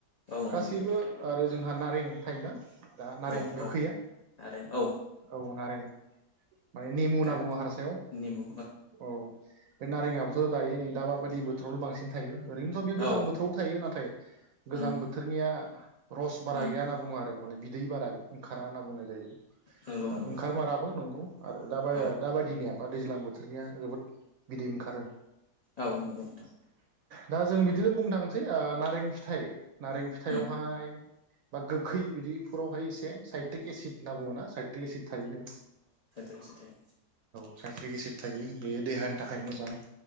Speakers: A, on the left (about 55°); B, on the right (about 70°).
A: औ नंगौ
B: गासैबो
A: नोंथां
B: आरो जोंहा नारें थायोना दा नारें
A: औ
B: गोखैया
A: औ आरो औ
B: औ नारें माने नेमु होनना
A: गार
B: बुङो हारसायाव।
A: निमु
B: औ बे नारेङाबोथ' दायो नै दा बादि बोथोरावल बांसिन थायो। ओरैनोथ बे गोजां
A: औ
B: बोथोराव थायो नाथाय। गोजां
A: उम
B: बोथोरनिया। रस बारा
A: उम
B: गैया होनना बुङो आरो माने। बिदै बारा ओंखारा होनना बुंनाय जायो।
A: नंगौ नंगौ
B: ओंखार माराबो नंगौ। आरो दाबा
A: औ
B: दाबायदिनिया बा दैज्लां बोथोरनिया जोबोद बिदै ओंखारो।
A: औ नुगौथ
B: दा जों बिदिनो बुंनो थांनोसै नारें फिथाइ नारें फिथाइआवहाय
A: उम
B: बा गोखै बिदिफोरावहाय एसे साइटिक एसिद होनना बुङोना साइ दैसे थागोन।
A: नोंसोथाइ
B: पाइक्रिक एसिट थायो बेयो देहानि थाखाय मोजां।